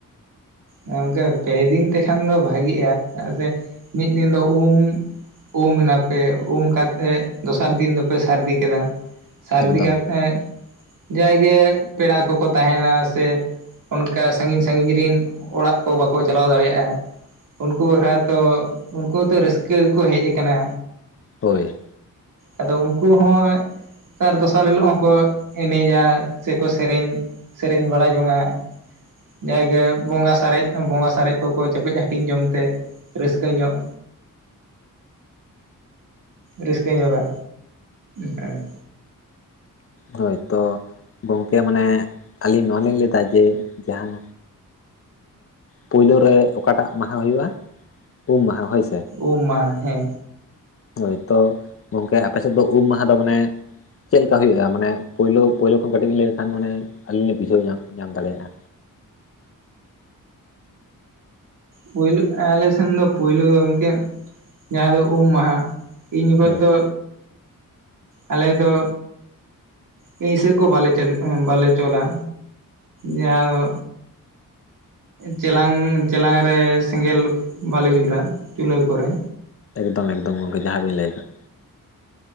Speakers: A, on the right; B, on the left.
A: ᱜᱚᱝᱠᱮ ᱯᱮ ᱫᱤᱱ ᱛᱮᱠᱷᱟᱱ ᱫᱚ ᱵᱷᱟᱜᱤᱜᱼᱟ ᱪᱮᱫᱟᱜ ᱥᱮ ᱢᱤᱫ ᱫᱤᱱ ᱫᱚ ᱩᱢ ᱩᱢ ᱮᱱᱟᱯᱮ ᱩᱢ ᱠᱟᱛᱮ ᱫᱚᱥᱟᱨ ᱫᱤᱱ ᱫᱚᱯᱮ ᱥᱟᱹᱨᱫᱤ ᱠᱮᱫᱟ ᱥᱟᱹᱨᱫᱤ
B: ᱮᱠᱫᱚᱢ?
A: ᱠᱟᱛᱮᱫ ᱡᱟᱭᱜᱮ ᱯᱮᱲᱟ ᱠᱚᱠᱚ ᱛᱟᱦᱮᱱᱟ ᱥᱮ ᱚᱱᱠᱟ ᱥᱟᱹᱝᱜᱤᱧ ᱥᱟᱹᱝᱜᱤᱧ ᱨᱮᱱ ᱚᱲᱟᱜ ᱠᱚ ᱵᱟᱠᱚ ᱪᱟᱞᱟᱣ ᱫᱟᱲᱮᱭᱟᱜ-ᱟ ᱩᱱᱠᱩ ᱦᱚᱨᱟ ᱛᱚ ᱩᱱᱠᱩ ᱦᱚᱸ ᱛᱚ ᱨᱟᱹᱥᱠᱟᱹ ᱜᱮᱠᱚ ᱦᱮᱡ ᱟᱠᱟᱱᱟ
B: ᱦᱳᱭ
A: ᱟᱫᱚ ᱩᱱᱠᱩ ᱦᱚᱸ ᱛᱟᱨ ᱫᱚᱥᱟᱨ ᱦᱤᱞᱚᱜ ᱦᱚᱸᱠᱚ ᱮᱱᱮᱡᱼᱟ ᱥᱮᱠᱚ ᱥᱮᱨᱮᱧ ᱥᱮᱨᱮᱧ ᱵᱟᱲᱟᱭ ᱡᱟᱦᱟᱸ ᱜᱮ ᱵᱚᱸᱜᱟ ᱥᱟᱨᱮᱡ ᱵᱚᱸᱜᱟ ᱥᱟᱨᱮᱡ ᱠᱚᱠᱚ ᱪᱮᱯᱮᱡ ᱦᱟᱹᱴᱤᱧ ᱡᱚᱝ ᱛᱮ ᱨᱟᱹᱥᱠᱟᱹ ᱧᱚᱜ ᱨᱟᱹᱥᱠᱟᱹ ᱧᱚᱜᱟ ᱦᱮᱸ
B: ᱦᱳᱭ ᱛᱚ ᱜᱚᱢᱠᱮ ᱢᱟᱱᱮ ᱟᱹᱞᱤᱧ ᱱᱚᱣᱟ ᱞᱤᱧ ᱞᱟᱹᱭᱫᱟ ᱡᱮ ᱡᱟᱦᱟᱸ ᱯᱩᱭᱭᱞᱳ ᱨᱮ ᱚᱠᱟᱴᱟᱜ ᱢᱟᱦᱟ ᱦᱩᱭᱩᱜᱼᱟ ᱩᱢ ᱢᱟᱦᱟ ᱦᱳᱭ ᱥᱮ
A: ᱩᱢ ᱢᱟᱸᱦᱟ ᱦᱮᱸ
B: ᱦᱚᱭ ᱛᱚ ᱜᱚᱝᱠᱮ ᱟᱯᱮᱥᱮᱫ ᱫᱚ ᱩᱢ ᱢᱟᱦᱟ ᱫᱚ ᱢᱟᱱᱮ ᱪᱮᱫ ᱞᱮ ᱠᱟ ᱦᱩᱭᱩᱜ-ᱟ? ᱦ ᱢᱟᱱᱮ ᱯᱩᱭᱞᱩ ᱯᱩᱭᱞᱩ ᱠᱷᱚᱱ ᱠᱟᱹᱴᱤᱡ ᱞᱟᱹᱭ ᱞᱮᱠᱷᱟᱱ ᱢᱟᱱᱮ ᱟᱹᱞᱤᱧ ᱞᱤ ᱵᱩᱡᱷᱟᱹᱣ ᱧᱟᱢ ᱧᱟᱢ ᱫᱟᱲᱮᱭᱟᱜ-ᱟ
A: ᱯᱩᱭᱞᱩ ᱟᱹᱞᱮ ᱥᱮᱱ ᱫᱚ ᱯᱩᱭᱞᱩ ᱜᱚᱢᱠᱮ ᱡᱟᱦᱟ ᱫᱚ ᱩᱢ ᱢᱟᱦᱟᱸ ᱤᱧ ᱡᱚᱠᱷᱚᱱ
B: ᱦᱳᱭ
A: ᱫᱚ ᱟᱞᱮ ᱫᱚ ᱱᱤᱥᱟᱹ ᱠᱚ ᱵᱟᱞᱮ ᱪᱟᱹᱼᱼ ᱵᱟᱞᱮ ᱪᱚᱞᱟ ᱡᱟᱦᱟᱸ ᱫᱚ ᱪᱮᱞᱟᱝ ᱪᱮᱞᱟᱝ ᱨᱮ ᱥᱮᱸᱜᱮᱞ ᱵᱟᱞᱮ ᱡᱩᱞᱟ ᱪᱩᱞᱦᱟᱹ ᱠᱚᱨᱮ
B: ᱮᱠᱫᱚᱢ ᱮᱠᱫᱚᱢ ᱜᱚᱢᱠᱮ ᱡᱟᱦᱟᱸ ᱜᱮᱵᱤᱱ ᱞᱟᱹᱭ ᱟᱠᱟᱫ